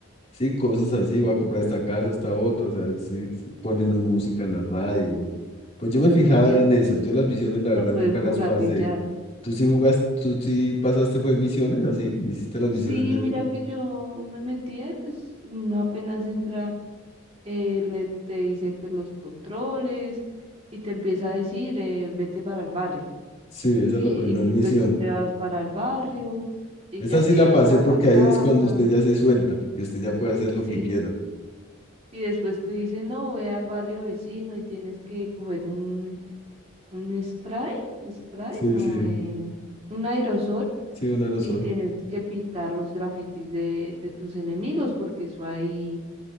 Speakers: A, on the left; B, on the right.
A: sí, cosas así, voy a comprar esta casa, esta otra, o sea, sí, sí, pone uno música en la radio. Pues yo me fijaba
B: Sí,
A: era en eso, yo las misiones
B: hasta
A: la verdad
B: puedes
A: nunca las
B: jugar
A: pasé.
B: billar.
A: ¿Tú sí jugaste, tú sí pasaste fue misiones así? ¿Hiciste las misiones
B: Sí,
A: del
B: mira
A: juego?
B: que yo me metía y pues uno apenas entra, eh, le, te dice pues los controles y te empieza a decir, eh, vete para el barrio,
A: Sí, esa
B: ¿sí?
A: es la primera
B: Y
A: misión.
B: pues tú te vas para el barrio y
A: Esa
B: ya
A: sí
B: llegas
A: la pasé
B: a
A: porque
B: la casa,
A: ahí es cuando usted ya se suelta y usted ya puede hacer lo
B: sí.
A: que quiera.
B: Y después te dicen, no, ve al barrio vecino y tienes que coger un, un spray, spray,
A: Sí,
B: no,
A: sí,
B: eh, un aerosol
A: sí, un aerosol.
B: y tienes que pintar los grafitis de, de tus enemigos porque eso ahí,